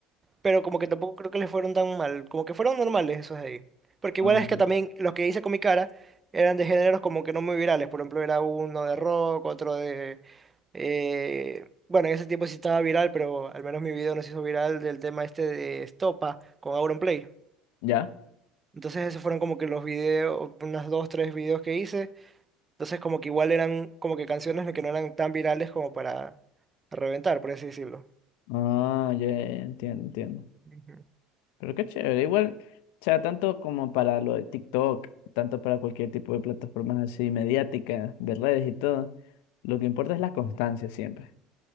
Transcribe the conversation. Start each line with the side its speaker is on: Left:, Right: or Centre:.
Right: pero como que tampoco creo que les fueron tan mal, como que fueron normales esos de ahí. Porque
Left: Ah,
Right: igual es que también los que hice con mi cara eran de géneros como que no muy virales, por ejemplo era uno de rock, otro de... eh, bueno, en ese tiempo sí estaba viral, pero al menos mi video no se hizo viral del tema este de Estopa con Auronplay.
Left: ¿ya?
Right: Entonces esos fueron como que los videos, unas dos, tres videos que hice. Entonces como que igual eran como que canciones que no eran tan virales como para reventar, por así decirlo.
Left: Ah, ya, ya, ya, entiendo, entiendo.
Right: Ujú.
Left: Pero qué chévere, igual, o sea, tanto como para lo de TikTok, tanto para cualquier tipo de plataformas así mediáticas, de redes y todo, lo que importa es la constancia siempre.